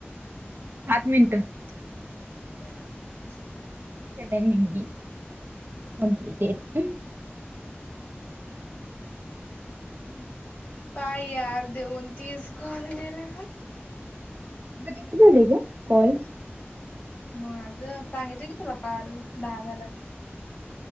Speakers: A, on the right; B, on the left.
A: आठ मिनिटं
B: <inaudible>
A: <unintelligible> <unintelligible>
B: काय यार देऊन तीस कॉल दिले
A: अग ते किती झाले ग? कॉल्स
B: माझ सांगितितय की तुला काल दहा झाला